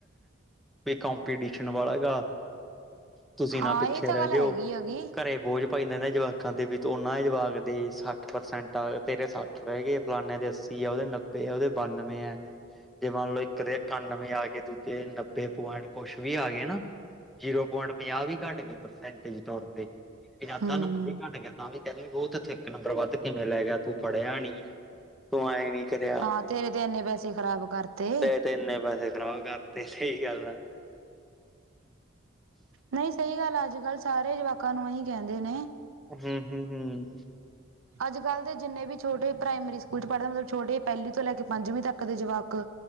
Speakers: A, in the centre; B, on the right (about 80°).
A: ਵੀ ਕੰਪੀਟੀਸ਼ਨ ਵਾਲਾ ਗਾ ਤੁਸੀਂ
B: ਹਾਂ
A: ਨਾ ਪਿੱਛੇ
B: ਇਹ ਤਾਂ
A: ਰੈ
B: ਗੱਲ
A: ਜਿਓ
B: ਹੈਗੀ ਹੈਗੀ
A: ਘਰੇ ਬੋਝ ਭਾਈ ਏਨਾ ਦੇ ਜਵਾਕਾਂ ਦੇ ਵੀ ਤੇ ਓਨਾਂ ਦੇ ਜਵਾਕ ਦੇ ਸੱਠ ਪਰਸੈਂਟ ਆ ਗੇ ਤੇਰੇ ਸੱਠ ਰੈ ਗੇ ਫਲਾਨੇ ਦੇ ਅੱਸੀ ਐ ਓਦੇ ਨੱਬੇ ਐ ਓਦੇ ਬਾਨਵੇਂ ਐ। ਜੇ ਮੰਨ ਲੋ ਇੱਕ ਦੇ ਇਕਾਨਵੇਂ ਆ ਗੇ ਦੂਜੇ ਨੱਬੇ ਪੁਆਇੰਟ ਕੁਛ ਵੀ ਆ ਗੇ ਨਾ ਜੀਰੋ ਪੁਆਇੰਟ ਪੰਜਾਹ ਵੀ ਘੱਟ ਗੇ ਪਰਸੈਂਟਜ ਤੌਰ ਤੇ ਯਾਦਾਂ
B: ਹਮ
A: ਨੰਬਰ <unintelligible> ਵੀ ਘੱਟ ਗਿਆ ਤਾਂ ਵੀ ਕਹਿੰਦੇ ਓ ਤੈਥੋਂ ਏਕ ਨੰਬਰ ਵੱਧ ਕਿਵੇਂ ਲੈ ਗਿਆ ਤੂੰ ਪੜਿਆ ਨੀ ਤੂੰ ਐਂ ਨੀ ਕਰਿਆ
B: ਹਾਂ ਤੇਰੇ ਤੇ ਇੰਨੇ ਪੈਸੇ ਖ਼ਰਾਬ ਕਰਤੇ
A: ਤੇ ਤ ਏਨੇ ਪੈਸੇ ਖਰਾਬ ਕਰ ਤੇ ਸਈ ਗੱਲ ਆ
B: ਨਈ ਸਈ ਗੱਲ ਐ ਅੱਜ ਕੱਲ੍ਹ ਸਾਰੇ ਜਵਾਕਾਂ ਨੂੰ ਐਂਈ ਕਹਿੰਦੇ ਨੇ
A: ਹੁੰ, ਹੁੰ, ਹੁੰ।
B: ਅੱਜ ਕੱਲ੍ਹ ਦੇ ਜਿੰਨੇ ਵੀ ਛੋਟੇ ਪ੍ਰਾਇਮਰੀ ਸਕੂਲ ਚ ਪੜ੍ਹਦੇ ਮਲਬ ਛੋਟੇ ਪੈਲੀ ਤੋਂ ਲੈ ਕੇ ਪੰਜਵੀਂ ਤੱਕ ਦੇ ਜਵਾਕ